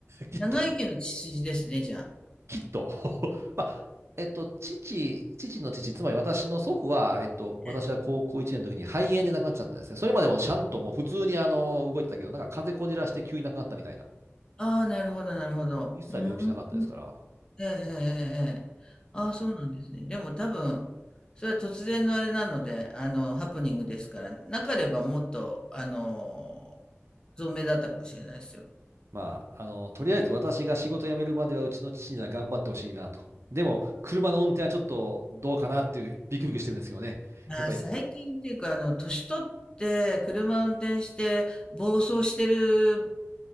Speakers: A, on the right (about 70°); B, on the left (about 20°).
A: きっ
B: 長生きの血筋ですね、じゃあ。
A: きっと。<laughs> まあ、えっと、父、父の父、つまり私の祖父は、えっと、私は高校1年の時に肺炎で亡くなっちゃったんですね。
B: ええ、
A: それまでもちゃんともう普通にあの、動いてたけど、なんか風邪こじらして急に亡くなったみたいな。
B: ああ、なるほど、なるほど。
A: 一切病気しなかったですから。
B: うん。ええええええ。
A: まあ、
B: ああ、そうなんですね。でも多分、それは突然のあれなので、あの、ハプニングですから、なければもっと、
A: そう
B: あの、存命だったかもしれないですよ。
A: まあ、あの、とりあえず私が仕事辞めるまではうちの父には頑張ってほしいなと。でも、車の運転はちょっとどうかなっていうビクビクしてるんですけどね。
B: まあ、
A: やっぱり、
B: 最近っていうか、あの、年取って車運転して暴走してる